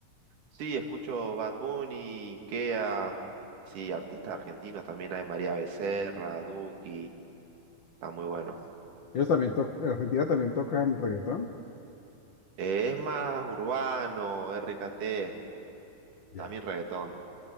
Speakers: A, on the right; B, on the left.
A: Sí, escucho Bad Bunny, Kea, sí, artistas argentinos, también hay María Becerra, Duki, está muy bueno.
B: Ellos también tocan, Argentina también tocan reggaetón.
A: Eh, es más urbano, RKT,
B: Ya,
A: también reggaetón.